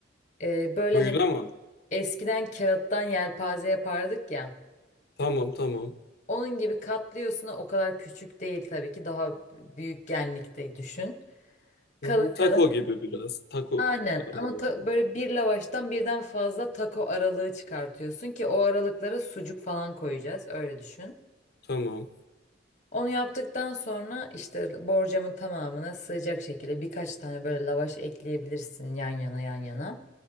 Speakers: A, on the left (about 40°); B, on the left (about 55°).
A: E, böyle
B: Oyun
A: hani
B: ama.
A: eskiden kağıttan yelpaze yapardık ya.
B: Tamam tamam.
A: Onun gibi katlıyorsun. O kadar küçük değil tabii ki. Daha büyük genlikte düşün. Kalın
B: Hı hı. Taco
A: kalın.
B: gibi biraz. Taco
A: Aynen.
B: aralarında.
A: Ama ta- böyle bir lavaştan birden fazla taco aralığı çıkartıyorsun ki o aralıklara sucuk falan koyacağız. Öyle düşün.
B: Tamam.
A: Onu yaptıktan sonra işte borcamın tamamına sığacak şekilde birkaç tane böyle lavaş ekleyebilirsin yan yana yan yana.